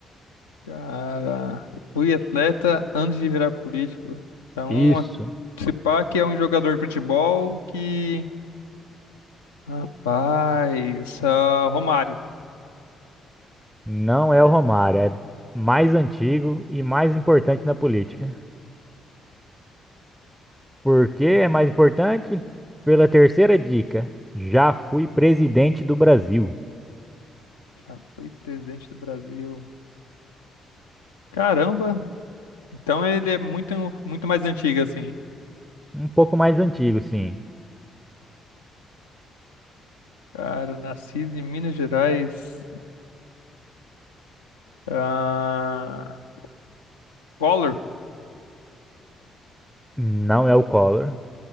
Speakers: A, on the left; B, in the centre.
A: Cara, fui atleta antes de virar político. Então,
B: Isso.
A: a- se pá que é um jogador de futebol que. Rapaz, ah, Romário.
B: Não é o Romário. É mais antigo e mais importante na política. Por que é mais importante? Pela terceira dica. Já fui presidente do Brasil.
A: Já foi presidente do Brasil. Caramba! Então ele é muito, muito mais antigo, assim.
B: Um pouco mais antigo, sim.
A: Cara, nascido em Minas Gerais. Ah, Collor.
B: Não é o Collor.